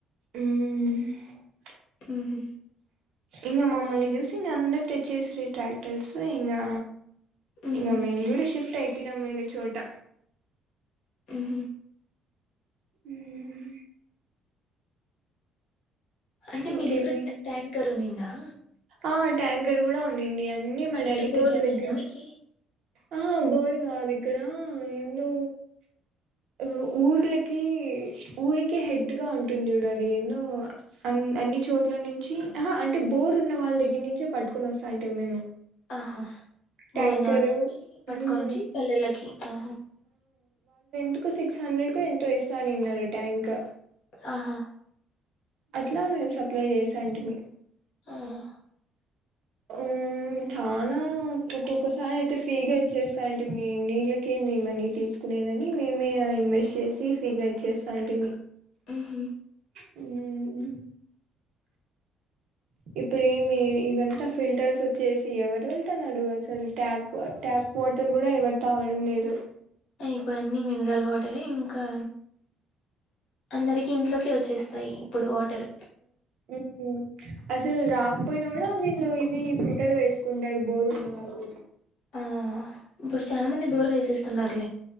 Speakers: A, on the right; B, on the left.
A: హ్మ్
B: ఉహు
A: ఇంగ మమ్మల్ని జూసి ఇంగ అందరు తెచ్చేసిరి ట్రాక్టర్స్ ఇంగా
B: ఉహు
A: ఇంగ మేము గుడా షిఫ్ట్ అయిపోయినం వేరె చోట
B: హ్మ్ హు
A: హ్మ్
B: అంటే
A: ఇంకేమి
B: మీ దగ్గర ట ట్యాంకర్ ఉన్నిందా
A: ఆ ట్యాంకర్ గుడా ఉన్నింది అన్నీ మా డాడీ
B: అంటే బోర్
A: తెచ్చి
B: ఉన్నిందా
A: పెట్టిండు
B: మీకి
A: అహ బోరు గాద్ ఇక్కడా ఇందు రు ఊర్లకి ఊరికి హెడ్ గా ఉంటుంది చూడు అది ఏందో అన్ అన్ని చోట్ల నుంచి ఆహా అంటె బోర్ ఉన్న వాళ్ళ దగ్గర నుంచే పట్టుకొని వస్తాంటి మేము
B: ఆహా మూర్
A: ట్యాంకరు
B: నాల్ నుంచి పట్కొనొచ్చి
A: మ్మ్
B: పల్లెలకి ఆహ
A: టుకు సిక్స్ హండ్రెడ్ కు ఎంతో ఇస్తాన్నినార్ ట్యాంక్
B: ఆహా
A: అట్లా మేం సప్లై చేసాంటమీ
B: ఆహా
A: హ్మ్ మ్ చానా ఒక్కొక్కసారి అయితే ఫ్రీగా ఈచేస్తాయండి నీళ్ళకి మె మనీ తీసుకొ <unintelligible> మేమె ఇన్వెస్ట్ చేసి ఫ్రీగా ఇచ్చేస్తాంటిమి
B: హ్మ్ హు
A: హ్మ్ ఇప్పుడు ఏమి ఇవంతా ఫిల్టర్స్ వచేసి ఎవరు వెళ్తున్నారు అసలు ట్యాప్ ట్యాప్ వాటర్ కూడా ఎవరు తాగడం లేదు
B: ఇప్పుడు అన్ని మినరల్ వాటరే ఇంకా అందరికి ఇంట్లోకి వచ్చేస్తాయి ఇప్పుడు వాటర్
A: మ్ అసలు రాకపోయినా కూడా నీళ్ళు ఇది ఫిల్టర్ వేసుకుంటారు బోరు ఉన్న వాళ్ళు
B: ఆ ఇప్పుడు చాలా మంది బోర్ వేసేస్తున్నారులే